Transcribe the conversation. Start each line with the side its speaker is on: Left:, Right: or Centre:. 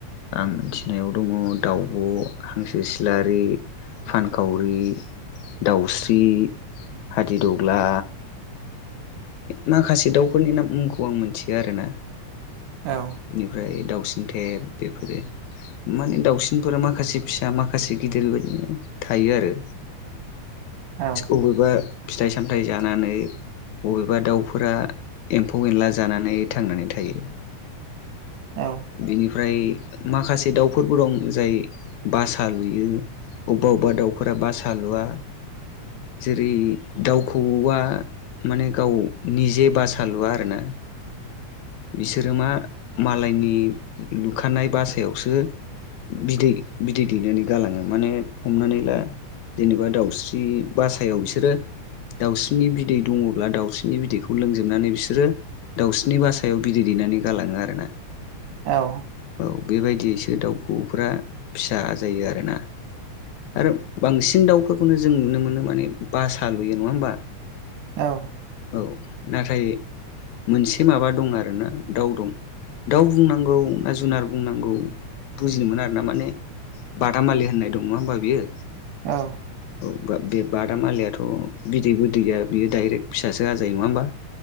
Left: आं मिथिनायाव दङ दाउब'। हांसो सिलारि, फानखावरि, दाउस्रि हादिद'ग्ला माखासे दाउफोरनि ना मुंखौ आं मिथियो आरो ना।
Right: औ
Left: बेनिफ्राय दाउसिन थेब बेफोरो। माने दाउसिनफोरा माखासे फिसा माखासे गिदिर बेबायदिनो थायो आरो।
Right: औ
Left: अबेबा फिथाइ-सामथायाइ जानानै। बबेबा दाउफोरा एम्फौ-एनला जानानै थांनानै थायो।
Right: औ
Left: बेनिफ्राय माखासे दाउफोरबो दं जाय बासा लुयो। अबेबा अबेबा दाउफोरा बासा लुवा। जेरै दाउखौऔआ माने गाव निजे बासा लुआ आरो ना। बिसोरो मा मालायनि लुखानाय बासायावसो बिदै बिदै दैनानै गालाङो माने हमनानै ला जेनेबा दाउस्रि बासायाव बिसोरो दाउस्रिनि बिदै दङब्ला दाउस्रिनि बिदैखौ लोंजोबनानै बिसोरो दाउस्रिनि बासा- याव बिदै दैनानै गालाङो आरो ना।
Right: औ
Left: औ बेबायदियैसो दाउखौऔफ्रा फिसा जायो आरो ना। आरो बांसिन दाउफोरखौनो जों नुनो मोनो माने बासा लुयो। नङा होमबा?
Right: औ
Left: औ नाथाय मोनसे माबा दं आरोना दाउ दं। दाउ बुंनांगौ ना जुनार बुंनांगौ बुजिनो मोना आरो ना माने बादामालि होननाय दं नङा होनबा बियो।
Right: औ
Left: औ बे बा-बादामालियाथ' बिदैबो दैया बियो दाइरेक्ट फिसासो आजायो। नङा होनबा? <inaudible>